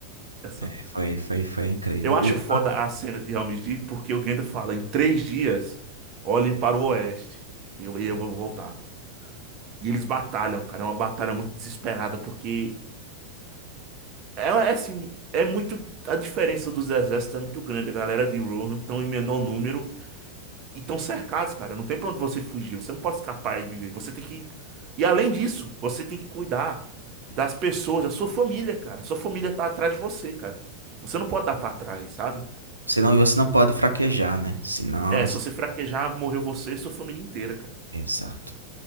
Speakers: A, on the right; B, on the right.
A: Essa.
B: É, foi, foi, foi incrível.
A: Eu acho
B: O-
A: foda
B: ah,
A: a cena de Helm's Deep porque o Gandalf fala, em três dias, olhem para o oeste e eu, e eu vou voltar. E eles batalham, cara, é uma batalha muito desesperada porque é, é assim, é muito, a diferença dos exércitos é muito grande, a galera de Rohan estão em menor número e estão cercados, cara, não tem pra onde você fugir, você não pode escapar e viver, você tem que, e além disso, você tem que cuidar das pessoas, da sua família, cara, sua família tá atrás de você, cara. Você não pode dar pra trás, sabe?
B: você não, você não pode fraquejar, né? Senão.
A: É, se você fraquejar, morreu você e sua família inteira, cara.
B: Exato.